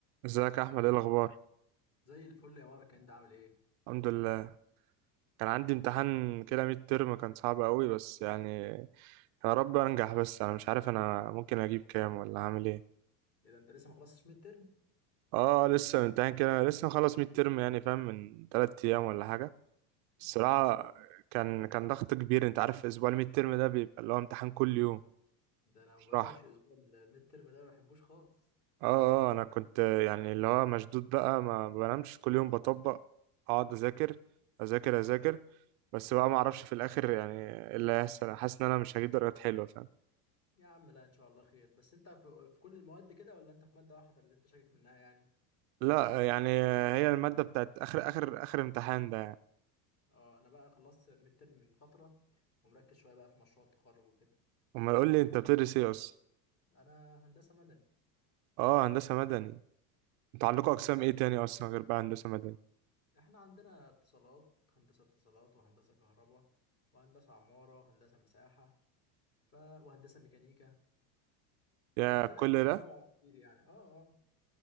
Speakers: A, on the right; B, on the left.
A: ازيك يا احمد ايه الاخبار
B: زي الفل يا مارك انت عامل ايه؟
A: الحمد لله كان عندي امتحان
B: الحمد لله.
A: كده ميد ترم كان صعب قوي بس يعني يا رب انجح بس انا مش عارف انا ممكن اجيب كام ولا هعمل ايه
B: ايه ده انت لسه ما خلصتش ميد ترم؟
A: اه لسه امتحان كده لسه مخلص ميد ترم يعني فاهم من 3 ايام ولا حاجه الصراحه
B: اه
A: كان كان ضغط كبير انت عارف اسبوع الميد ترم ده بيبقى اللي هو امتحان كل يوم
B: ده انا
A: مش
B: ما بطيقش
A: راحه.
B: اسبوع ال- الميد ترم ده ما بحبوش خالص
A: اه اه انا كنت يعني اللي هو مشدود بقى ما بنامش كل يوم بطبق اقعد اذاكر اذاكر اذاكر
B: اه
A: بس بقى ما اعرفش في الاخر يعني إيه اللي هيحصل حاسس ان انا مش هجيب درجات حلوه فاهم
B: يا عم لا ان شاء الله خير بس انت في, في كل المواد كده ولا انت في مادة واحدة اللي انت شاكك منها يعني؟
A: لا يعني هي الماده بتاعت اخر اخر اخر امتحان ده يعني
B: اه انا بقى خلصت الميد ترم من فترة ومركز شوية بقى في مشروع التخرج وكده
A: امال يقول لي انت بتدرس ايه اصلا
B: انا هندسة مدني
A: اه هندسه مدني انتوا عندكم
B: فاحنا
A: اقسام ايه تاني اصلا غير بقى هندسه مدني
B: عندنا اتصالات هندسة اتصالات وهندسة كهرباء وهندسة عمارة وهندسة مساحة ف... وهندسة ميكانيكا
A: يا
B: فعندنا
A: كل ده
B: تنوع كتير يعني اه اه